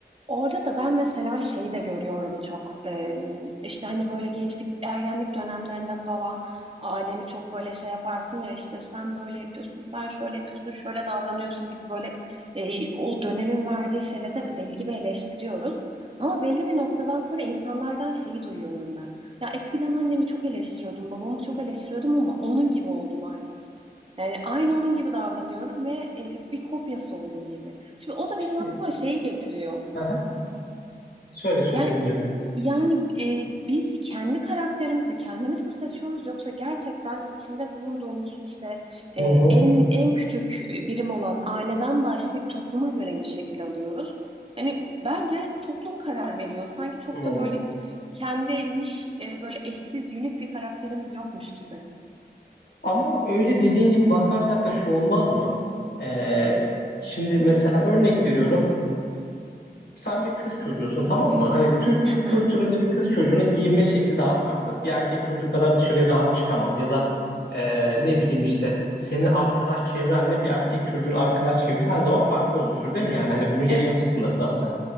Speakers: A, on the right; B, on the left.
A: orada da ben mesela şeyi de görüyorum çok. Ee, işte hani böyle gençlik, ergenlik dönemlerinde falan aileni çok böyle şey yaparsın ya işte sen böyle yapıyorsun, sen şöyle yapıyorsun, şöyle davranıyorsun gibi böyle e, o dönemin verdiği şeyle de deli gibi eleştiriyoruz. Ama belli bir noktadan sonra insanlardan şeyi duyuyorum ben. Ya eskiden annemi çok eleştiriyordum, babamı çok eleştiriyordum ama onun gibi oldum aynı. Yani aynı onun gibi davranıyorum ve e, bir kopyası oldum gibi. Şimdi o da benim
B: Peki
A: aklıma şeyi getiriyor.
B: Aha. Söyle söyle
A: Yani
B: dinliyorum.
A: yani e, biz kendi karakterimizi kendimiz mi seçiyoruz yoksa gerçekten içinde bulunduğumuz işte e,
B: Hı hı.
A: en en küçük birim olan aileden başlayıp topluma göre mi şekil alıyoruz? Hani bence toplum karar veriyor. Sanki çok
B: Hmm.
A: da böyle kendi niş e, böyle eşsiz unik bir karakterimiz yokmuş gibi.
B: Ama öyle dediğin gibi bakarsak da şu olmaz mı? Ee, şimdi mesela örnek veriyorum. Sen bir kız çocuğusun tamam mı? Hani Türk
A: Hı hı.
B: kültüründe bir kız çocuğuna giyinme şekli daha farklı. Bir erkek çocuğu kadar dışarıya rahat çıkamaz. Ya da e, ne bileyim işte senin arkadaş çevrenle bir erkek çocuğun arkadaş çevresi her zaman farklı olmuştur değil mi? Yani hani bunu yaşamışsındır
A: Evet.
B: zaten.